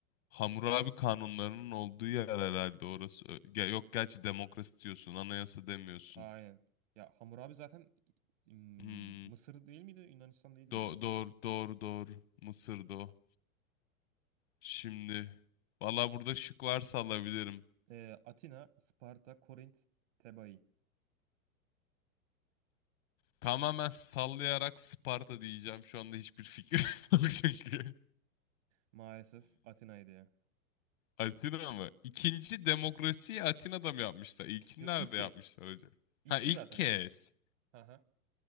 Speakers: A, on the left; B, on the right.
A: Hammurabi kanunlarının olduğu yer herhalde orası. Ö- ge- Yok gerçi demokrasi diyorsun, anayasa demiyorsun.
B: Aynen. Ya Hammurabi zaten mm,
A: Hmm.
B: Mısır değil miydi? Yunanistan değil diyebilirim
A: Do doğru,
B: ben.
A: doğru, doğru. Mısır'da o. Şimdi. Valla burada şık varsa alabilirim.
B: Ee, Atina, Sparta, Korint, Tebai.
A: Tamamen sallayarak Sparta diyeceğim. Şu anda hiçbir fikrim <laughs> yok çünkü.
B: Maalesef Atina'ydı ya.
A: Atina mı? İkinci demokrasiyi Atina'da mı yapmışlar? İlkini
B: Yo,
A: nerede
B: ilk kez.
A: yapmışlar acaba?
B: İlki
A: Ha ilk
B: zaten.
A: kez.
B: Aha.